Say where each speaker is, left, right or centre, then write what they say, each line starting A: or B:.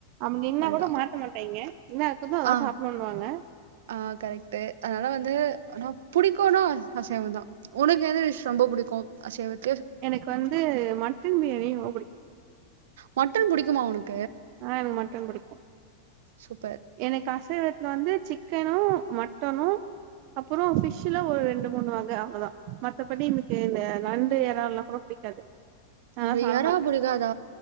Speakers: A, on the right; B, on the right.
A: அப்டி நின்னா
B: அதுதா
A: கூட மாட்ட மாட்டாய்ங்க என்ன இருக்குதோ அதா
B: ஆ
A: சாப்டணுன்னுவாங்க
B: ஆ கரெக்ட்டு, அதனால வந்து ஆனா புடி டிக்குனா அசைவந்தா, உனக்கு எந்த டிஸ் ரொம்ப புடிக்கு அசைவத்
A: எனக்கு வந்து, மட்டன் பிரியாணி ரொம்ப புடிக்கு
B: மட்டன் புடிக்குமா உனக்கு?
A: ஆ, எனக்கு மட்டன் புடிக்கு
B: சூப்பர்
A: எனக்கு அசைவத்துல வந்து சிக்கனு, மட்டனு அப்பறோ ஃபிஷ்ல ஒரு ரெண்டு, மூணு வக அவ்ளதா. மத்தபடி எனக்கு இந்த நண்டு, ஏறல்லா கூட புடிக்காது, நான்லா
B: உங்களுக்கு
A: சாப்ட
B: எறா
A: மாட்ட
B: புடிக்காதா